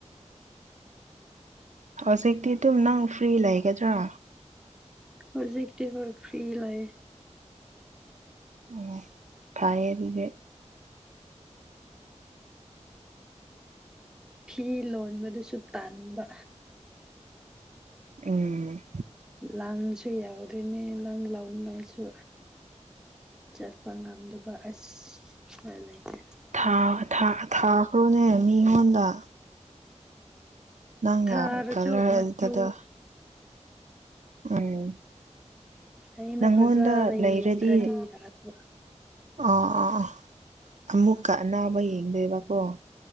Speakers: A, on the right; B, in the centre.
A: ꯍꯧꯖꯤꯛꯇꯤ ꯇꯨꯝ ꯅꯪ ꯐ꯭ꯔꯤ ꯂꯩꯒꯗ꯭ꯔꯥ
B: ꯍꯧꯖꯤꯛꯇꯤ ꯍꯣꯢ ꯐ꯭ꯔꯤ ꯂꯩꯌꯦ
A: ꯑꫭ ꯐꯥꯏꯌꯦ ꯑꯗꯨꯗꯤ
B: ꯐꯤ ꯂꯣꯟꯕꯗꯨꯁꯨ ꯇꯥꯟꯕ
A: ꯎꯝ
B: ꯂꯥꯡꯁꯨ ꯌꯥꯎꯗ꯭ꯔꯤꯅꯦ ꯂꯪ ꯂꯧꯅꯤꯡꯉꯥꯏꯁꯨ ꯆꯠꯄ ꯉꯝꯗꯕ ꯑꯁ ꯎꯄꯥꯢ ꯂꯩꯇꯦ
A: ꯊꯥ ꯊꯥ ꯊꯥꯈ꯭ꯔꯣꯅꯦ ꯃꯤꯉꯣꯟꯗ ꯅꯪꯅ
B: ꯊꯥꯔꯁꯨ
A: ꯀꯜꯂꯔ
B: ꯃꯆꯨ
A: ꯗꯗꯣ ꯎꯝ
B: ꯑꯩꯅ
A: ꯅꯪꯉꯣꯟꯗ
B: ꯐꯖꯅ
A: ꯂꯩꯔꯗꯤ
B: ꯌꯦꯡꯗ꯭ꯔꯗꯤ ꯌꯥꯗꯕ
A: ꯑꯥ ꯑꯥ ꯑꯥ ꯑꯃꯨꯛꯀ ꯑꯅꯥꯕ ꯌꯦꯡꯗꯣꯏꯕꯀꯣ